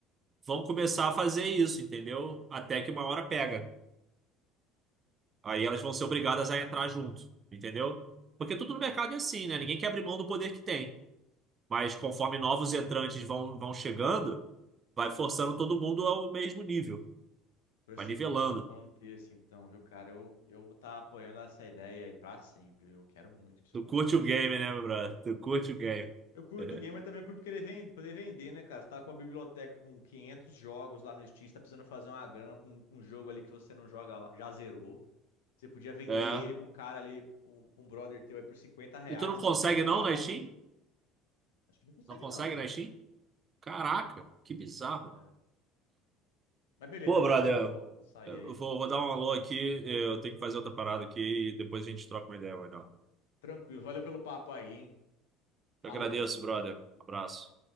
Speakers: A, on the right; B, on the left.
A: vão começar a fazer isso, entendeu? Até que uma hora pega. Aí elas vão ser obrigadas a entrar junto, entendeu? Porque tudo no mercado é assim, né? Ninguém quer abrir mão do poder que tem. Mas conforme novos entrantes vão, vão chegando, vai forçando todo mundo ao mesmo nível.
B: Torcer
A: Vai nivelando.
B: para que isso aconteça, então, viu, cara? Eu, eu vou estar apoiando essa ideia aí para sempre. Eu quero muito que isso
A: Tu
B: aconteça.
A: curte o game, né, meu brother? Tu curte o game.
B: Eu curto
A: <laughs>
B: game, mas também curto querer ven- poder vender, né, cara? Você tá com uma biblioteca com 500 jogos lá no Steam, você tá precisando fazer uma grana com, com um jogo ali que você não joga, lá- já zerou. Você podia vender
A: É.
B: ele pra um cara ali, um, um brother teu aí por 50 reais,
A: E tu não
B: às
A: consegue
B: vezes até vai barato.
A: não na Steam?
B: Acho que não consegue
A: Não consegue
B: não, cara.
A: na Steam? Caraca, que bizarro.
B: Não. Mas beleza,
A: Pô,
B: cara,
A: brother,
B: vou
A: eu
B: sair
A: eu
B: aí.
A: vou, vou dar um alô aqui, eu tenho que fazer outra parada aqui e depois a gente troca uma ideia melhor.
B: Tranquilo, valeu pelo papo aí, hein? Falou.
A: Eu agradeço, brother. Abraço.